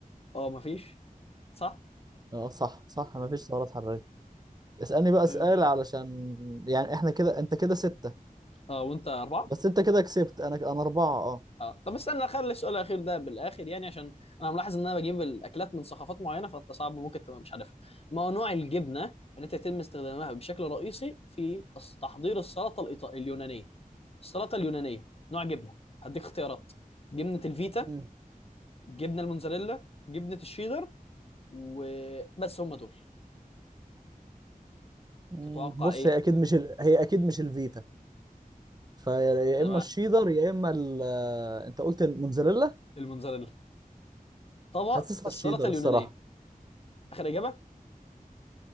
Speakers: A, on the left; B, on the right.
A: اه مفيش صح
B: اه صح صح مفيش سعرات حرارية اسألني بقى
A: <laughs> ماشي
B: سؤال علشان يعني احنا كده انت كده ستة
A: اه وانت اربعه
B: بس انت كده كسبت انا انا اربعة اه
A: اه طب استنى اخلي السؤال الاخير ده بالاخر يعني عشان انا ملاحظ ان انا بجيب الاكلات من ثقافات معينه فانت صعب ممكن تبقى مش عارفها ما هو نوع الجبنه التي يتم استخدامها بشكل رئيسي في أص- تحضير السلطه الإيطا- اليونانيه السلطه اليونانيه نوع جبنه هديك اختيارات جبنه الفيتا
B: مم.
A: جبنه الموتزاريلا جبنه الشيدر وبس هم دول
B: مم.
A: تتوقع
B: بص
A: ايه
B: هي اكيد مش ال... هي اكيد مش الفيتا فيا
A: تمام
B: اما الشيدر يا اما ال... آه، انت قلت الموتزاريلا
A: الموتزاريلا طبق
B: حاسسها
A: السلطه
B: الشيدر
A: اليونانيه
B: الصراحه
A: اخر اجابه